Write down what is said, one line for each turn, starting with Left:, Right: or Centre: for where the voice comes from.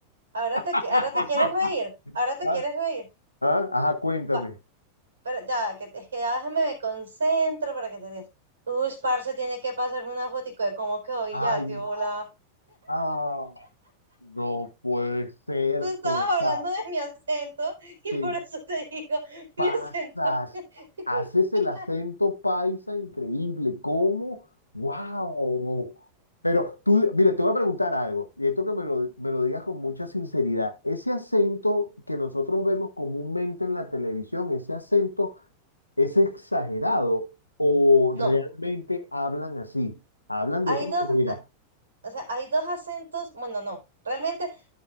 Right: ahora te,
Left: <laughs>
Right: qui- ahora te quieres reír, ahora te
Left: Ah,
Right: quieres reír.
Left: ah, Ajá, cuéntame.
Right: Pa- pero ya, que, es que ya déjame me concentro para que te rías. Uy, parce, tiene que pasarme una fotico de cómo quedó ya,
Left: Ay,
Right: tío, hola.
Left: ah, no puede ser,
Right: Tú estabas
Left: te,
Right: hablando
Left: pa-
Right: de mi acento y
Left: te
Right: por eso te digo
Left: pasas,
Right: mi acento. <laughs>
Left: haces el acento paisa increíble, ¿cómo? ¡Wow! Pero tú, mira, te voy a preguntar algo, y esto que me lo, me lo digas con mucha sinceridad, ese acento que nosotros vemos comúnmente en la televisión, ese acento es exagerado o
Right: No,
Left: realmente hablan así, hablan
Right: hay
Left: de esa
Right: dos,
Left: manera.
Right: a- o sea, hay dos acentos, bueno, no, realmente